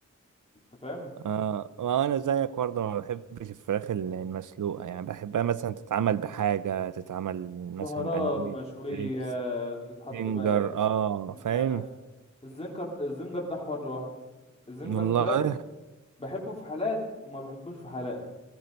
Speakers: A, on the left (about 20°); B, on the right (about 80°).
A: انت فاهم
B: اه ما انا زيك برضه ما بحبش الفراخ ال- المسلوقه يعني بحبها مثلا تتعمل بحاجه تتعمل
A: بهارات
B: مثلا بانيه
A: مشوية
B: ستريبس
A: تتحط
B: فينجر
A: بقى
B: اه
A: تتقلى
B: فاهم
A: الزنجر الزنجر ده حوار لوحده الزنجر
B: والله
A: ده بحبه في حالات وما بحبوش في حالات